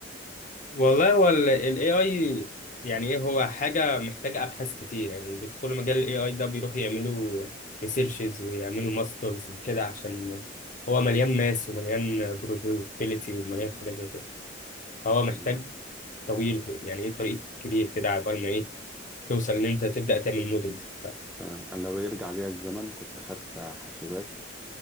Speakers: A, on the left (about 40°); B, in the centre.
A: والله هو ال ال AI يعني ايه هو حاجة محتاجة ابحاث كتير يعني بيدخلوا مجال ال AI ده بيروحوا يعملوا ريسيرشز ويعملوا ماسترز كده عشان هو مليان ماس ومليان probability ومليان حاجات زي كده فهو محتاج
B: مم.
A: طويل يعني ايه طريق كبير كده عقبال ما ايه توصل ان انت تبدأ تعمل مودلز وبتاع
B: تمام أنا لو يرجع بيا الزمن كنت خدت حاسبات